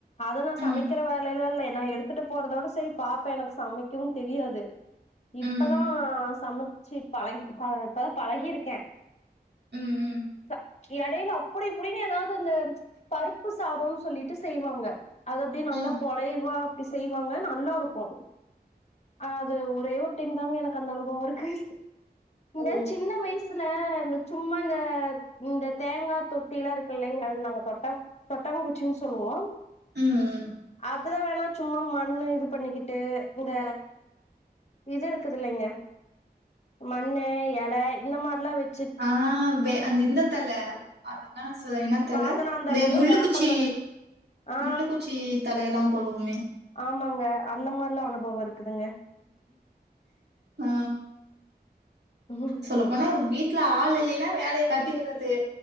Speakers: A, on the left; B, on the right.
A: அத நா
B: ம்,
A: சமைக்கிற வேலைலா இல்ல நா எடுத்துட்டு போறதோட சரி பாப்பே எனக்கு சமைக்கவு தெரியாது இப்பதா
B: ம், ம்,
A: சமைச்சி பழகி ப இப்பதா பழகிருக்கே
B: ம்,
A: ச இடையில அப்டி இப்படின்னு எதாவது அந்த பருப் பு சாதம்னு சொல்லிட்டு செய்வாங்க அது அப்படியே
B: ம்.
A: நல்லா குலைவா அப்டி செய்வாங்க நல்லா இருக்கு ஆ அது ஒரே ஒரு டைம் தாங்க எனக்கு அந்த அனுபவோ இருக்கு இந்த
B: ஓ!
A: சின்ன வயசு ல இந்த சும்மா இந்த இந்த தேங்கா தொட்டில்லா இருக்கு இல்லங்க அதுக்கு நாங்க தொட்டா தொட்டாங்குச்சின்னு சொல்லுவோ
B: ம் ம்
A: அதுல வேணா சும்மா மண்ணு இது பண்ணிகிட்டு இந்த இது இருக்குது இல்லைங்க மண்ணு எல இந்த மாரிலா வச்
B: ஆ வே அந்த இந்த தழ அது என்ன சொல் என்ன தழ
A: வாதனாந்தலையோ
B: இந்த முள் உள்ளுக்குச்சி
A: வேப்பந்தலை ஆ
B: முள்ளுக்குச்சி தலையல்லாம் போடுவோமே
A: ஆமாங்க அந்த மாரிலா அனுபவம் இருக்குதுங்க
B: ஆ
A: ம்
B: சொல்ல போனா உங் வீட்ல ஆள் இல்லைன்னா வேலைய கட்டிக்கரது